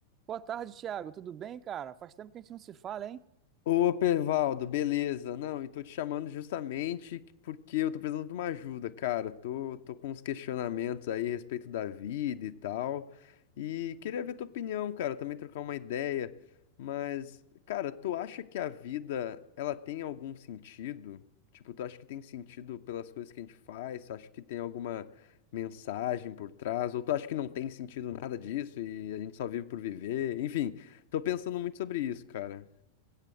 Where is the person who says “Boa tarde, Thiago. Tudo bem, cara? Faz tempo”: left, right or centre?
Right